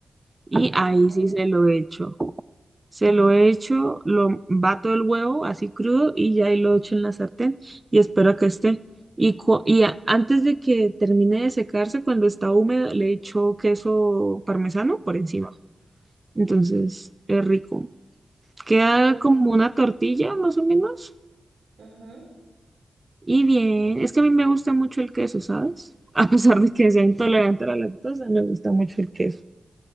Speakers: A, on the right (about 30°); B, on the right (about 80°).
A: y ahí
B: Ajá.
A: sí se lo echo. Se lo echo, lo bato el huevo así crudo y ya ahí lo echo en la sartén y espero a que esté. Y, cu- y a- antes de que termine de secarse, cuando está húmedo, le echo queso parmesano por encima. Entonces es rico. Queda
B: Uy.
A: como una tortilla más o menos.
B: Ujú.
A: Y bien, es que a mí me gusta mucho el queso, ¿sabes? <laughs> A pesar de que sea intolerante a la lactosa, me gusta mucho el queso.